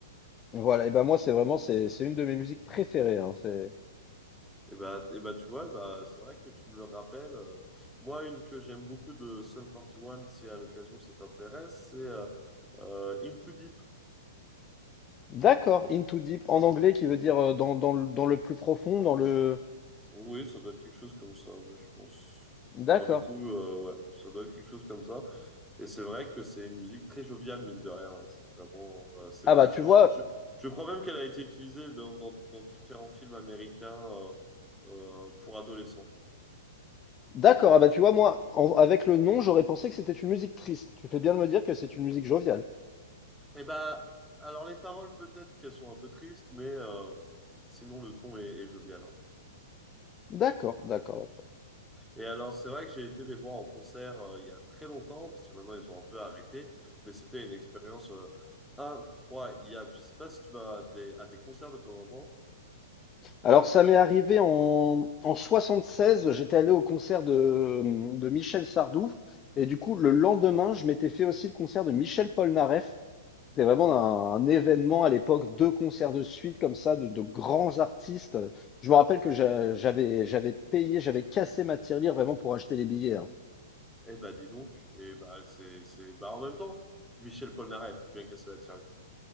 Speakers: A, on the left; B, in the centre.
A: Voilà. Et ben moi, c'est vraiment, c'est, c'est une de mes musiques préférées. hein, C'est.
B: Et bah, et bah, tu vois, bah, c'est vrai que tu me le rappelles. euh, moi, une que j'aime beaucoup de Sum 41, si à l'occasion ça t'intéresse, c'est euh, euh, Into Deep.
A: D'accord. Into deep en anglais, qui veut dire euh, dans, dans le, dans le plus profond, dans le.
B: Oui, ça doit être quelque chose comme ça, ouais, je pense.
A: D'accord.
B: Alors du coup, euh, ouais, ça doit être quelque chose comme ça. Et c'est vrai que c'est une musique très joviale, mine de rien. hein. C'est vraiment, euh, c'est
A: Ah
B: presque.
A: bah tu vois.
B: Je, je, je crois même qu'elle a été utilisée dans, dans, dans différents films américains euh, euh, pour adolescents.
A: D'accord. Ah bah tu vois, moi, en- avec le nom, j'aurais pensé que c'était une musique triste. Tu fais bien de me dire que c'est une musique joviale.
B: Et bah, alors les paroles peut-être qu'elles sont un peu tristes, mais euh, sinon le ton est, est jovial. hein.
A: D'accord, d'accord, d'accord.
B: Et alors, c'est vrai que j'ai été les voir en concert euh, il y a très longtemps, parce que maintenant ils ont un peu arrêté, mais c'était une expérience euh, incroyable. Je sais pas si tu vas à des, à des concerts de temps en temps.
A: Alors, ça m'est arrivé en, en 76, j'étais allé au concert de, de Michel Sardou, et du coup, le lendemain, je m'étais fait aussi le concert de Michel Polnareff. C'était vraiment un, un événement à l'époque, deux concerts de suite comme ça, de, de grands artistes. Je me rappelle que j'a- j'avais, j'avais payé, j'avais cassé ma tirelire vraiment pour acheter les billets. hein.
B: Eh ben, dis donc. Et bah, c'est, c'est, bah, en même temps, Michel Polnareff, il faut bien casser la tirelire.